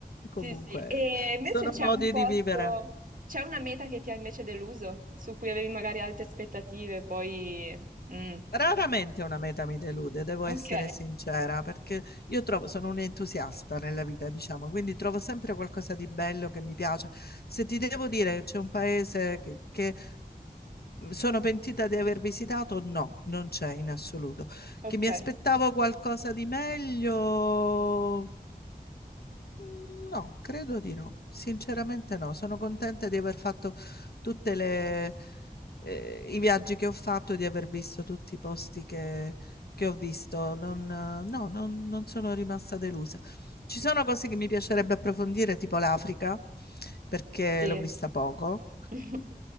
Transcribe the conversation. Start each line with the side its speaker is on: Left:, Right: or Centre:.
Left: comunque
Right: Sì, sì. E invece
Left: sono
Right: c'è
Left: modi
Right: un posto,
Left: di vivere.
Right: c'è una meta che ti ha invece deluso, su cui avevi magari alte aspettative, poi... mm.
Left: Raramente una meta mi delude, devo essere
Right: Ok,
Left: sincera, perché io trovo, sono un entusiasta nella vita, diciamo, quindi trovo sempre qualcosa di bello che mi piace. Se ti devo dire che c'è un paese che, che mi sono pentita di aver visitato, no, non c'è in assoluto.
Right: ok,
Left: Che mi aspettavo qualcosa di meglio. Mm, No, credo di no. Sinceramente no. Sono contenta di aver fatto tutte le, eh, i viaggi che ho fatto e di aver visto tutti i posti che, che ho visto. Non, eh, no, non, non sono rimasta delusa. Ci sono cose che mi piacerebbe approfondire, tipo l'Africa, perché
Right: sì.
Left: l'ho vista poco.
Right: <laughs>